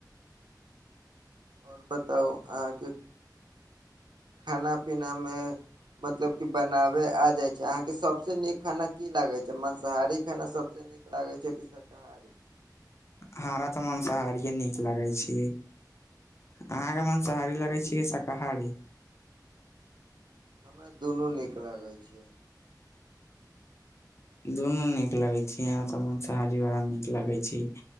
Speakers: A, on the right; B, on the left.
A: आओर बताउ अहाँके खाना पीना मे मतलब की बनावे आ अहाँके सबसँ निक खाना की लागै छै मांसाहारी खाना सबसँ निक लागैत छै कि शाकाहारी।
B: हमरा तऽ माँंसाहारिए निक लागै छै। अहाँके माँंसाहारी लगे छै की शाकाहारी।
A: हमरा दुनू नीक लागैत छै।
B: दुनू निक लगै छै मांसाहारी बड़ा निक लगै छै।